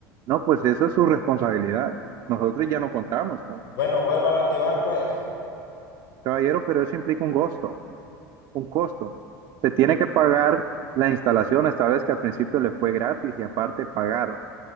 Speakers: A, on the right (about 40°); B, on the left (about 75°).
A: No, pues eso es su responsabilidad. Nosotros ya no contamos con,
B: Bueno, vuélvalo a activar, pues.
A: caballero, pero eso implica un costo, un costo. Se tiene que pagar la instalación, esta vez que al principio le fue gratis y aparte pagar